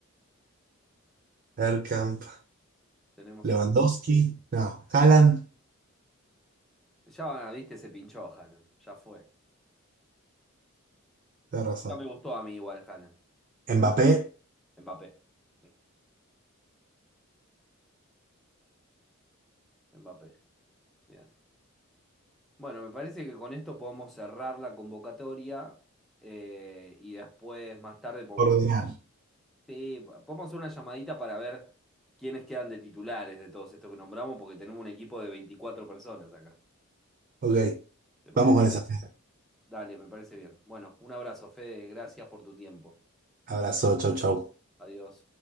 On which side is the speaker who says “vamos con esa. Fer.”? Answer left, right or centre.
Right